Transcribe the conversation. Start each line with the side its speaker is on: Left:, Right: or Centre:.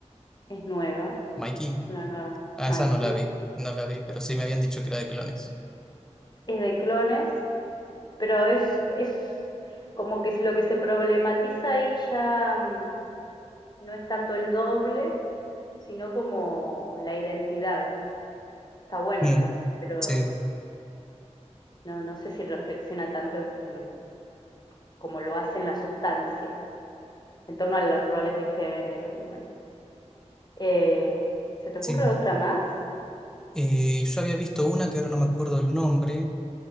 Left: es nueva,
Centre: Mikey.
Left: es una nueva
Centre: Ah,
Left: Mikey.
Centre: esa no la vi, no la vi, pero sí me habían dicho que era de clones.
Left: Es de clones, pero es, es como que es lo que se problematiza ahí ya mm, no es tanto el doble, sino como la identidad. Está bueno
Centre: Mm,
Left: también, pero
Centre: sí,
Left: No, no sé si reflexiona tanto en, como lo hace en la sustancia, en torno a los roles de género y bueno. Eh, ¿se te
Centre: sí.
Left: ocurre otra más?
Centre: Eh, yo había visto una que ahora no me acuerdo el nombre,